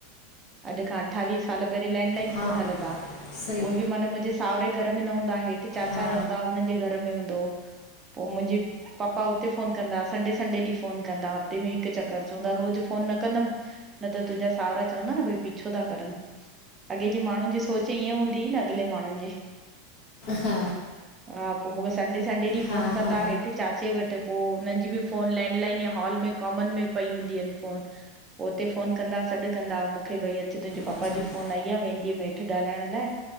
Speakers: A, on the right (about 20°); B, on the left (about 50°).
A: अॼु खां अठावीह साल पहिरि लैंडलाइन
B: हा
A: फोन हलंदा आ
B: सही
A: उए बि माना मुंझे सावरे घर में न हूंदा आ, हेठि चाचा
B: हा
A: रहंदा, हुननि जे घर में हूंदो हो, पो मुंहिंजी पपा हुते फोन कंदा, संडे संडे ॾींह फोन कंदा, हफ़्ते में हिक चक्कर, चवंदा रोज फोन न कंदमि। न त तुंहिंजा सावरा चवंदा न भईं पीछो था करनि। अॻे जे माण्हुन जी सोच ईअं हूंदी न, अॻिले माण्हुन जी
B: हा
A: हा, पो मूंखे संडे संडे ॾींह फोन
B: हा
A: कंदा,
B: हा
A: हेठि चाचे वट। पो हुननि जी बि फोन लैंडलाइन या हॉल में कॉमन में पई हूंदी आहिन फोन पो हुते फोन कंदा सॾु कंदा मूंखे भई अच तुंहिंजे
B: अच्छा
A: पपा जी फोन आईं आ वेंदीअ मे हेठि ठ ॻाल्हाइण लाइ